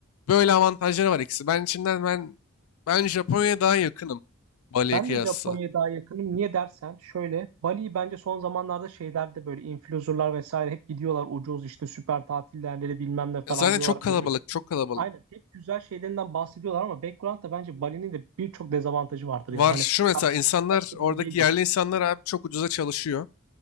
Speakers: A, on the left (about 80°); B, on the right (about 80°).
A: Böyle avantajları var ikisi. Ben içinden ben ben Japonya'ya daha yakınım Bali'ye
B: Ben
A: kıyasla.
B: de Japonya'ya daha yakınım. Niye dersen şöyle Bali'yi bence son zamanlarda şeylerde böyle influencerlar vesaire hep gidiyorlar ucuz işte süper tatil yerleri bilmem ne falan
A: E, Zaten
B: diyorlar.
A: çok kalabalık,
B: Böyle
A: çok kalabalık.
B: Aynen hep güzel şeylerinden bahsediyorlar ama background'da bence Bali'nin de birçok dezavantajı vardır
A: Var
B: yani. Hani
A: şu mesela
B: her şey
A: insanlar
B: gösterdiği
A: oradaki
B: gibi değildir.
A: yerli insanlar abi çok ucuza çalışıyor.